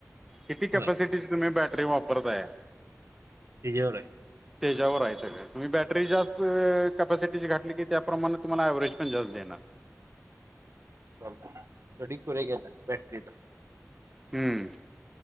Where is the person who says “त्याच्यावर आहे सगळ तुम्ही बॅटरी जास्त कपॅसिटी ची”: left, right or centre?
Centre